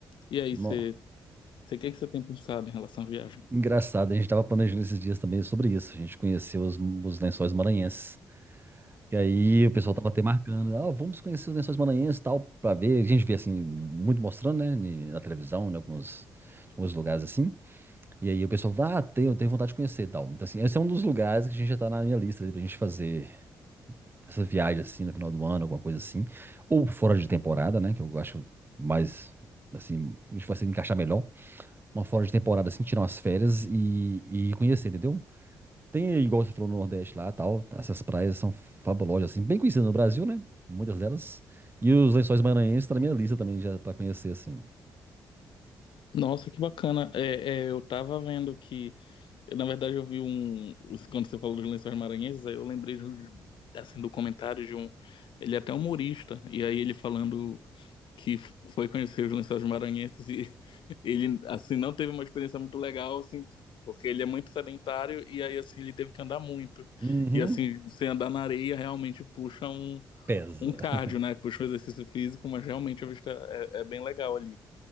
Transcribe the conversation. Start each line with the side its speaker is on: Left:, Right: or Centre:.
Left: E aí,
Right: Nó.
Left: você, você, o que que você tem pensado em relação à viagem?
Right: Engraçado, a gente tava planejando esses dias também sobre isso. A gente conheceu os, os lençóis maranhenses. E aí o pessoal tava até marcando, ah, vamos conhecer os Lençóis Maranhenses e tal, pra ver. A gente vê assim, muito mostrando, né, ni- na televisão, em alguns, alguns lugares assim. E aí o pessoal, ah, tem, eu tenho vontade de conhecer e tal. Então, assim, esse é um dos lugares que a gente já tá na minha lista ali pra gente fazer essa viagem assim no final do ano, alguma coisa assim. Ou fora de temporada, né, que eu acho mais, assim, a gente vai se encaixar melhor. Uma fora de temporada assim, tirar umas férias e, e conhecer, entendeu? Tem, igual você falou, no Nordeste lá, tal. Essas praias são fabulosas, assim, bem conhecidas no Brasil, né? Muitas delas. E os Lençóis Maranhenses tá na minha lista também, já pra conhecer, assim.
Left: Nossa, que bacana. É, é, eu tava vendo que, na verdade, eu vi um. Quando você falou de Lençóis Maranhenses, aí eu lembrei de, um- assim, do comentário de um. Ele é até humorista, e aí ele falando que foi conhecer os Lençóis Maranhenses e <laughs> ele, assim, não teve uma experiência muito legal, assim, porque ele é muito sedentário e aí, assim, ele teve que andar muito.
Right: Uhum.
Left: E, assim, sem andar na areia realmente puxa um,
Right: Pesa.
Left: um cardio,
Right: <laughs>
Left: né? Puxa um exercício físico, mas realmente a vista é é bem legal ali.